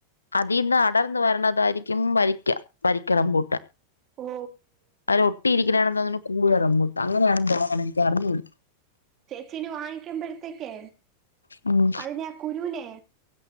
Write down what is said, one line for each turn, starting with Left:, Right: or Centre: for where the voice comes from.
Left: അതിന്നാ അടർന്ന് വരണതായിരിക്കും വരിക്ക വരിക്ക റംബുട്ടാൻ
Right: ഓ
Left: അധിലൊട്ടിയിരിക്കണാണണെന്ന് തോനുന്നു കുഴ റബുട്ടാൻ അങ്ങനെയണ് തോന്ണ് ക്ക് അറിഞ്ഞൂട
Right: ത്തിൽ വാങ്ങിക്കുമ്പഴത്തേക്ക്
Left: ഉം
Right: അതിനെ കുരുവിനെ